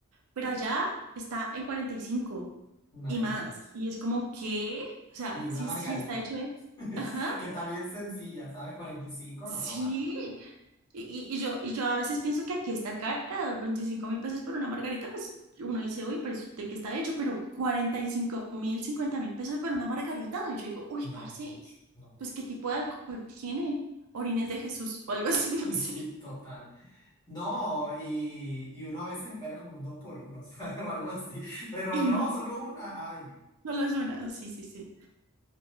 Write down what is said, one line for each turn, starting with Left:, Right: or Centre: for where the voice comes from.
Right: pero allá está en 45
Left: Imagínate.
Right: y más, y es como que, o sea,
Left: Y una
Right: sí,
Left: margarita,
Right: sí está hecho de,
Left: <laughs>
Right: ajá,
Left: que está bien sencilla, ¿sabes? cuarenta y cinco
Right: Sí.
Left: no lo vale.
Right: Y, y- y yo, y yo a veces pienso que aquí está cara, veinticinco mil pesos por una margarita, pues uno dice, uy, pues de qué está hecho, pero cuarenta y cinco mil, cincuenta mil pesos por una margarita. Y yo digo, uy,
Left: No,
Right: parce,
Left: mucho, no.
Right: pues qué tipo de alcohol tiene, orines de Jesús o algo así, <laughs> no
Left: <laughs>
Right: sé.
Left: Sí, total. No, y, y uno a veces espera como un dos por uno, ¿sabes? <laughs> O algo así. Pero
Right: Y
Left: no,
Right: no,
Left: solo una. Ay, no.
Right: no lo es una, sí, sí, sí.